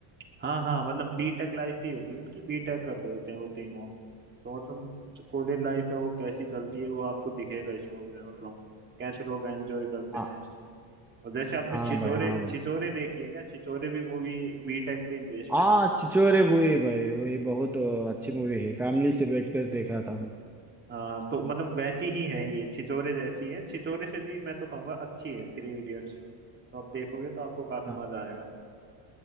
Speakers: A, on the right; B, in the centre.
A: हाँ हाँ मतलब बीटेक लाइफ ही होती है उनकी बीटेक कर रहे होते हैं वो तीनों तो मतलब जो कॉलेज लाइफ है वो कैसी चलती है वो आपको दिखेगा इस मूवी में मतलब कैसे लोग एंजॉय करते
B: हाँ
A: हैं और जैसे आपने
B: हाँ
A: छिचोरे
B: भाई हाँ भाई
A: छिचोरे देखी है क्या छिचोरे भी मूवी बीटेक पे ही बेस्ड
B: हाँ
A: है
B: छिछोरे बूढ़ी भाई वही बहुत अच्छी मूवी है फैमिली से बैठ कर देखा था मैं।
A: हाँ तो मतलब वैसी ही है ये छिचोरे जैसी है छिचोरे से भी मैं तो कहूँगा अच्छी है थ्री इडियट्स तो आप देखोगे तो आपको काफी
B: हाँ
A: मजा आएगा